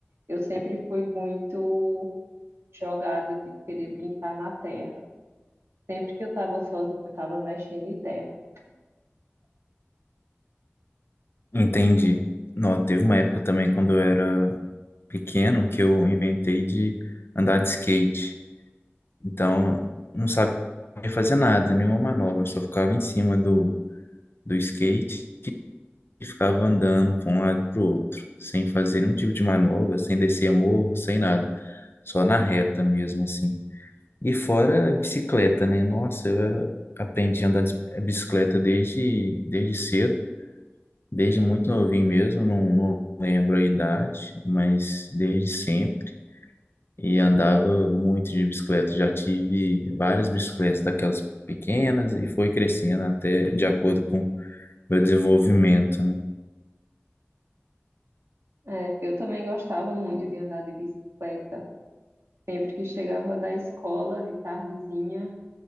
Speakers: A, on the right; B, on the left.
A: Eu sempre fui muito jogada de querer brincar na terra. Sempre que eu estava sozinha, eu estava mexendo em terra.
B: Entendi. Não, teve uma época também quando eu era pequeno que eu inventei de andar de skate. Então, não sabia fazer nada, nenhuma manobra, só ficava em cima do, do skate e ficava andando para um lado e para o outro, sem fazer nenhum tipo de manobra, sem descer morro, sem nada, só na reta mesmo, assim. E fora bicicleta, né? Nossa, eu era- aprendi a andar de bicicleta desde, desde cedo, desde muito novinho mesmo, não, não lembro a idade, mas desde sempre. e andava muito de bicicleta. Já tive várias bicicletas daquelas pequenas e foi crescendo até de acordo com meu desenvolvimento, né?
A: É, eu também gostava muito de andar de bicicleta. Sempre que chegava da escola, de tardezinha,